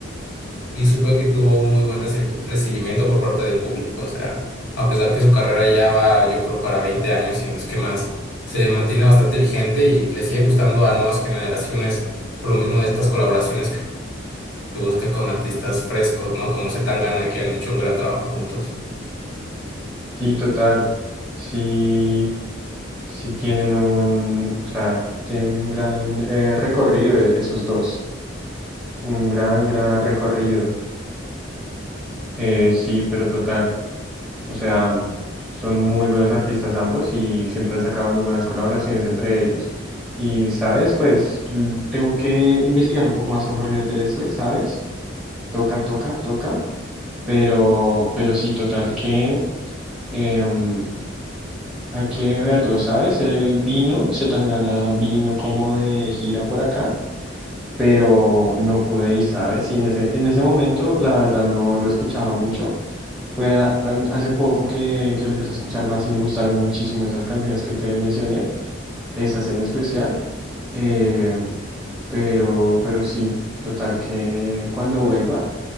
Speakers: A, on the left; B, in the centre.
A: y supe que tuvo un muy buen reci- recibimiento por parte del público. O sea, a pesar que su carrera ya va, yo creo, para 20 años, si no es que más, se mantiene bastante vigente y le sigue gustando a nuevas generaciones por lo mismo de estas colaboraciones que busca con artistas frescos, ¿no? Como Zetangana, que han hecho un gran trabajo juntos.
B: Sí, total. Sí, sí tienen un, o sea, tienen un gran eh, recorrido eh, esos dos. Un gran, gran recorrido. Eh, sí, pero total. O sea, mm, son muy buenos artistas ambos y siempre han sacado muy buenas colaboraciones entre ellos. Y, ¿sabes? Pues l- tengo que investigar un poco más a Jorge Drexler, ¿sabes? Toca, toca, toca. Pero, pero sí, total que em, hay que verlo, ¿sabes? Él vino, se Zetangana vino como de gira por acá. pero no pude ir, ¿sabes? Y en ese, en ese momento, la verdad, no lo escuchaba mucho. Fue a- am- hace poco que, que lo empecé a escuchar más y me gustaron muchísimo esas canciones que te mencioné, esas en especial. Eh, pero, pero sí, total que cuando vuelva